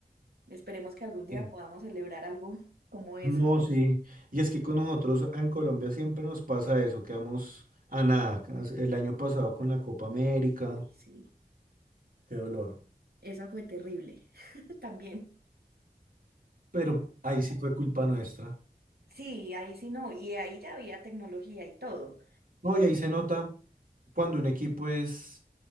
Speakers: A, on the right; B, on the right.
A: esperemos que algún día
B: Sí.
A: podamos celebrar algo como eso.
B: No, sí. Y es que con nosotros en Colombia siempre nos pasa eso, quedamos a nada. El año pasado con la Copa América,
A: Uy, sí,
B: qué dolor.
A: esa fue terrible <laughs> también.
B: Pero ahí sí fue culpa nuestra.
A: Sí, ahí sí no, y ahí ya había tecnología y todo.
B: No, y ahí se nota. cuando un equipo es